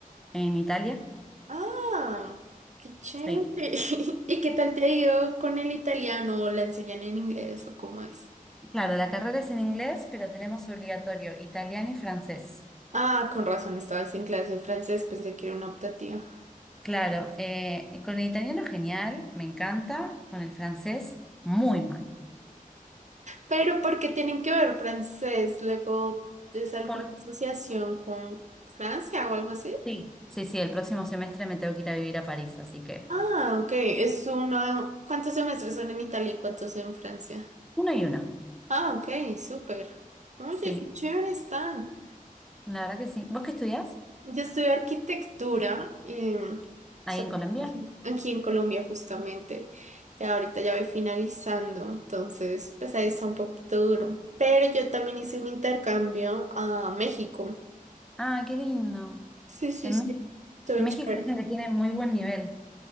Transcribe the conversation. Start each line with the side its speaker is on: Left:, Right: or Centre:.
Centre: en Italia.
Right: Ah, qué chévere.
Centre: Sí,
Right: <laughs> ¿Y qué tal te ha ido con el italiano? ¿O ¿La enseñan en inglés o cómo es?
Centre: claro, la carrera es en inglés, pero tenemos obligatorio italiano y francés.
Right: Ah, con razón, estabas en clase de francés, pensé que era una optativa.
Centre: Claro, eh, con el italiano genial, me encanta, con el francés muy mal.
Right: Pero porque tienen que ver francés? Luego es alguna
Centre: Por...
Right: asociación con Francia o algo así.
Centre: Sí, sí, sí, el próximo semestre me tengo que ir a vivir a París, así que
Right: Ah, ok. Es uno. ¿Cuántos semestres son en Italia y cuántos en Francia?
Centre: uno y uno.
Right: Ah, ok, súper. Oye,
Centre: Sí,
Right: qué chévere está.
Centre: la verdad que sí. ¿Vos qué estudiás
Right: Yo estudié arquitectura em,
Centre: ahí
Right: so-
Centre: en Colombia?
Right: aquí, aquí en Colombia justamente. Ya ahorita ya voy finalizando, entonces pues ahí está un poquito duro. Pero yo también hice un intercambio a México.
Centre: Ah, qué lindo.
Right: Sí, sí,
Centre: En
Right: sí.
Centre: Mé-
Right: Estuvo
Centre: México
Right: chévere.
Centre: dicen que tiene muy buen nivel.